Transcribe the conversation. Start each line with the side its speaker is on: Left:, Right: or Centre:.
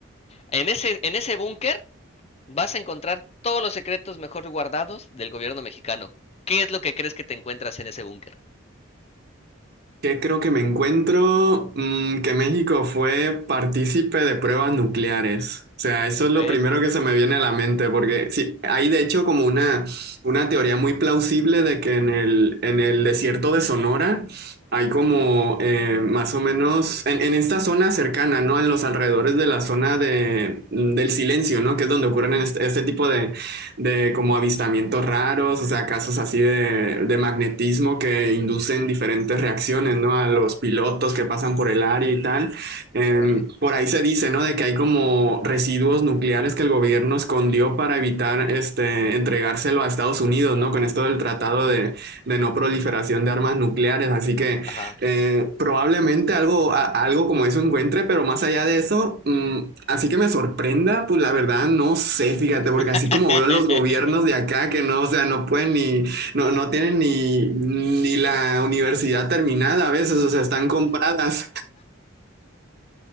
Left: En ese, en ese búnker Vas a encontrar todos los secretos mejor guardados del gobierno mexicano. ¿Qué es lo que crees que te encuentras en ese búnker?
Right: ¿Qué creo que me encuentro? Mm, que México fue partícipe de pruebas nucleares. O sea, eso
Left: Ok.
Right: es lo primero que se me viene a la mente, porque sí, hay de hecho como una, una teoría muy plausible de que en el, en el desierto de Sonora hay como eh, más o menos, en, en esta zona cercana, ¿no? En los alrededores de la zona de, del silencio, ¿no? Que es donde ocurren este, este tipo de, de como avistamientos raros, o sea, casos así de, de magnetismo que inducen diferentes reacciones, ¿no? A los pilotos que pasan por el área y tal. Eh,
Left: Órale.
Right: por ahí se dice, ¿no? De que hay como residuos nucleares que el gobierno escondió para evitar este, entregárselo a Estados Unidos, ¿no? Con esto del tratado de, de no proliferación de armas nucleares. Así que
Left: Ajá.
Right: eh, probablemente algo, a- algo como eso encuentre, pero más allá de eso, mm, así que me sorprenda, pues la verdad no sé, fíjate,
Left: <laughs>
Right: porque así como veo los gobiernos de acá que no, o sea, no pueden ni, no, no tienen ni, ni la universidad terminada a veces, o sea, están compradas, <laughs>